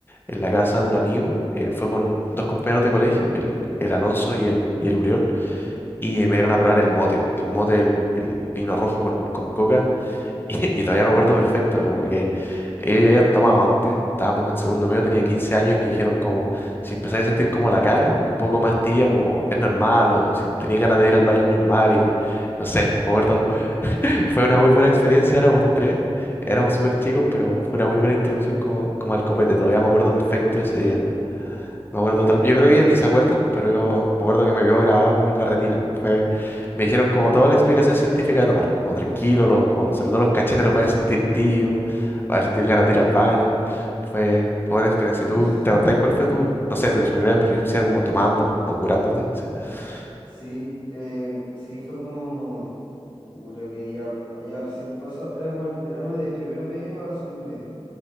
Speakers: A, on the left; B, on the left.
A: en la casa de un amigo eh, fue con dos compañeros de colegio, el, el Alonso y el, y el Uriol, y me dieron a probar el mote, que el mote, el, el vino rojo con, con coca, <laughs> y, y todavía me acuerdo perfecto, como que ellos ya habían tomado antes. Estábamos en segundo medio, tenía 15 años y me dijeron como si empecé a sentir como la cara un poco más tibia, como es normal, o, o si tenía ganas de ir al baño es normal, y no sé, me acuerdo
B: <laughs>
A: fue una muy buena experiencia,
B: No,
A: éramos tres, éramos súper chicos, pero fue una muy buena introducción como, como al copete, todavía me acuerdo perfecto
B: Con
A: ese
B: otro-
A: día.
B: con- mm,
A: Me acuerdo tal, yo
B: no,
A: creo que ellos
B: qué buena.
A: ni se acuerdan, pero yo me acuerdo que me quedó grabado como
B: ¿Tú
A: en
B: lo
A: la
B: recordáis?
A: retina. como Fue, me dijeron como toda la explicación científica de tomar, como tranquilo, los, como, sobre todo los cachetes los vas a sentir tío, vas a sentir ganas de ir al baño. Fue buena experiencia.
B: <laughs>
A: ¿Tú te acordás cuál fue tu, no sé, tu primera
B: No, qué
A: experiencia
B: buena.
A: como tomando o curándote? <laughs>
B: Sí, eh, sí, fue como. Puta que ya había recién pasado, era como el verano de primero medio a segundo medio.